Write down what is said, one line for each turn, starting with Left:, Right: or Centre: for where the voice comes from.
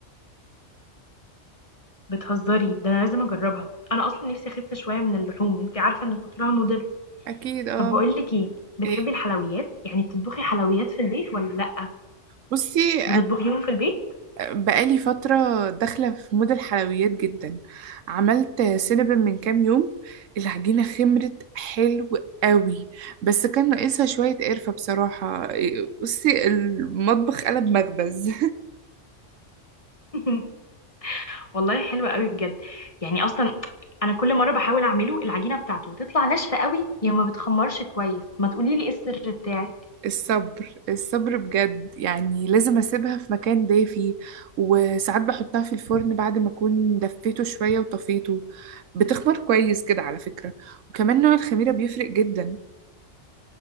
Left: بتهزري ده انا لازم اجربها انا اصلا نفسي اخف شويه من اللحوم انت عارفه ان كترها مضر
Right: اكيد اه
Left: طب بقول لك ايه بتحبي
Right: ايه
Left: الحلويات يعني بتطبخي حلويات في البيت ولا لا
Right: بصي
Left: بتطبخيهم في البيت
Right: بقالي فترة داخلة في مود الحلويات جدا عملت سينابن من كام يوم العجينة خمرت حلو قوي بس كان ناقصها شوية قرفة بصراحة إيه، بصي المطبخ قلب مخبز
Left: <laughs> والله حلوه قوي بجد يعني اصلا انا كل مره بحاول اعمله العجينه بتاعته تطلع ناشفه قوي يا ما بتخمرش كويس ما تقولي لي ايه السر بتاعك
Right: <laughs> الصبر الصبر بجد يعني لازم أسيبها في مكان دافي وساعات بحطها في الفرن بعد ما أكون دفيته شوية وطفيته بتخمر كويس كده على فكرة وكمان نوع الخميرة بيفرق جدا